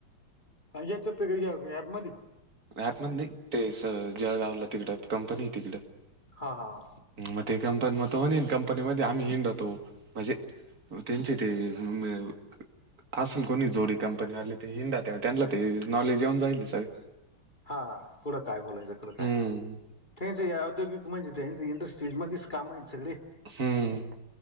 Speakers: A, on the left; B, on the right.
A: <unintelligible> या ऍप मधी.
B: मॅप मध्ये नई, ते स जळगावला तिकडं कंपनी ये तिकडं.
A: हा हा
B: म ते कंपनी म त होणे कंपनी मध्ये आम्ही हिंडतो, म्हजे त्यांचे ते म असेल कोणी जोडी कंपनीवाले ते हिंडा त्यांनाला ते नॉलेज येऊन जाईल सगल
A: हा कुढं काय बोलायचं कुढं काय,
B: हम्म
A: त्यांच औद्योगिक म्हणजे त्यांच इंडस्ट स्टेज मध्येच काम आहे ना सगळी.
B: हम्म